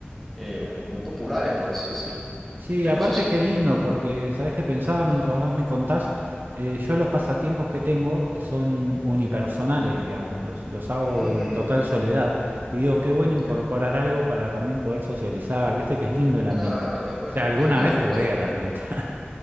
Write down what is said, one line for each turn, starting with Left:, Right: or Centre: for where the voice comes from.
Centre: eh, muy populares, por así decirlo.
Right: Sí,
Centre: Pero
Right: aparte
Centre: eso sí.
Right: qué lindo, porque sabes que pensaba mientras
Centre: Ajá.
Right: vos me contás, Eh, yo los pasatiempos que tengo son unipersonales,
Centre: Ujú.
Right: digamos, los, los hago
Centre: Mm,
Right: en total
Centre: ujú,
Right: soledad.
Centre: ujú,
Right: Y digo, qué bueno
Centre: Entiendo.
Right: incorporar algo para también poder socializar, viste que es lindo el ambiente.
Centre: Claro, es bueno,
Right: O sea, alguna
Centre: es bueno
Right: vez jugué
Centre: porque
Right: a la pelota. <laughs>